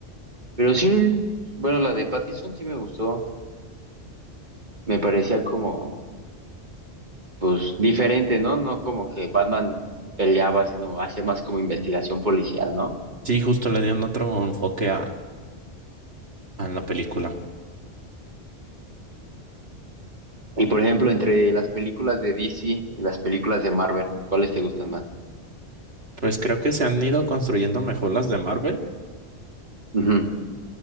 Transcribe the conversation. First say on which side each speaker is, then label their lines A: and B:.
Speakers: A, on the right; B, on the right.
A: Pero sí, bueno, la de Pattinson sí me gustó. Me parecía como... pues diferente, ¿no? No como que Batman peleaba, sino hacía más como investigación policial, ¿no?
B: sí, justo le dieron otro enfoque a, a la película.
A: Y por ejemplo, entre las películas de DC y las películas de Marvel, ¿cuáles te gustan más?
B: Pues creo que se han ido construyendo mejor las de Marvel,
A: Ujú.